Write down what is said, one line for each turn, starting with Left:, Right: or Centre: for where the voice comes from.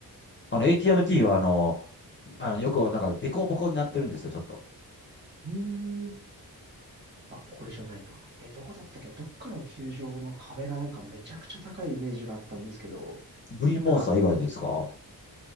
Left: あの AT&T はあの、あの、よくなんかデコボコになってるんですよ、ちょっと。
Right: うーん。あ、これじゃないな。え、どこだったっけどっかの球場の壁がなんかめちゃくちゃ高いイメージがあったんですけど、
Left: グリーンモンスター以外ですか
Right: なんか、